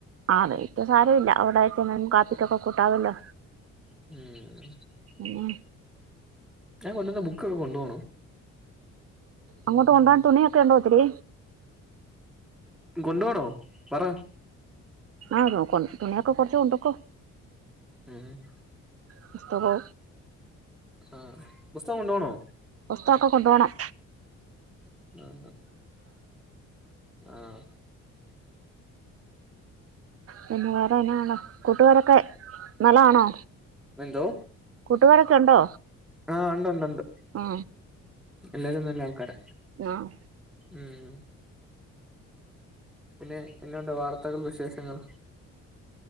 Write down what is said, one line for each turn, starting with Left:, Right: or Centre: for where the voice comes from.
Right: ആ വെയിറ്റ് സാരം ഇല്ല അവിടെ ഒരു നേരം കാപ്പി ഒകെ കുട്ടാവല്ലോ
Centre: ഉം
Right: ഉം
Centre: ഞാൻ കെണ്ടുവന്ന ബുക്ക് ഒകെ കൊണ്ടുപോ
Right: അങ്ങോട്ട് കൊണ്ടകാൻ തുണി യോക്കെ ഇണ്ടോ ഒത്തിരി
Centre: കൊണ്ട് പോണോ പറ
Right: ആ നോക്ക തുണിയൊക്കെ കൊണ്ടൊക്കോ കൊണ്ടക്കോ
Centre: ഉം
Right: പുസ്തകം
Centre: ആഹ് പുസ്തകം കൊണ്ടുപോണോ
Right: പുസ്തൊക്കെ കൊണ്ടു പോണം
Centre: ആഹ ആ ആഹ
Right: പിന്നെ വേറെ എന്നാ ഉള്ളെ കൂട്ടുകാരൊക്കെ നല്ലതാണോ
Centre: എന്തോ
Right: കൂട്ടുകാരൊക്കെ ഉണ്ടോ
Centre: ആഹ് ഉണ്ട് ഉണ്ട് ഉണ്ട്
Right: ആ
Centre: എല്ലാരും നല്ല ആൾക്കാര
Right: ആഹ്
Centre: ഉം പിന്നെ എന്നാണ്ട് വാർത്തകൾ വിശേഷങ്ങൾ